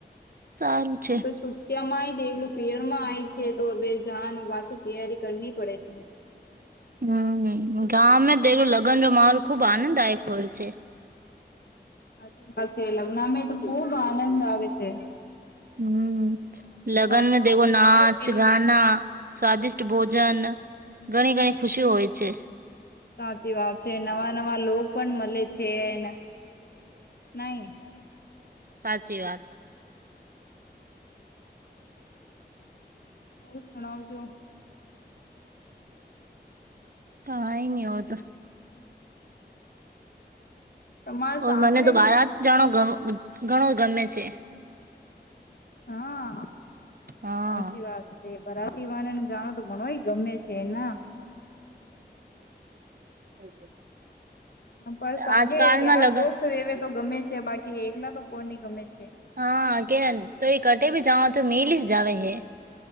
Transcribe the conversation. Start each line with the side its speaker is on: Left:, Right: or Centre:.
Right: સારું છે
Left: તો છુટિયામાં પિરમાં આવીય છે. તો હવે જાવાનું તૈયારી કરની પડે છે.
Right: હમ ગામે તેલ લગ્નનો માહોલ ખુબ આનંદદાયક હોય છે.
Left: સાચી પા લગ્નમાં તો ખુબ આનંદ આવે છે.
Right: હમ્મ.
Left: નવા
Right: લગન મે
Left: નવા
Right: દેખો નાચ
Left: સો મિલ
Right: ગનાા સ્વાદિષ્ટ ભોજન ઘણી ઘણી ખુશી હોય છે.
Left: સાચી વાત છે. નવા નવા લો પણ મળે છેને. નહી.
Right: સાચી વાત.
Left: ઓ સુનાઓ જો
Right: કંઈ નહી હવે તો
Left: તમારા
Right: ઓ
Left: સાસરે
Right: મને તો બારત
Left: મે
Right: જ જણો ઘણો ગમે છે.
Left: હા
Right: હા
Left: સાચી વાત છે બરા <unintelligible> જાણો તો ઘણોય ગમે છે એના
Right: <inaudible>
Left: બસ આગે
Right: આજકાલમાં
Left: યાર
Right: લગન
Left: દોસ્ત વેવે તો ગમે છે બાકી એકલા તો કોની ગમે છે.
Right: હા કે તું કટે ભી જવા તો મીલી જ જાવ હે.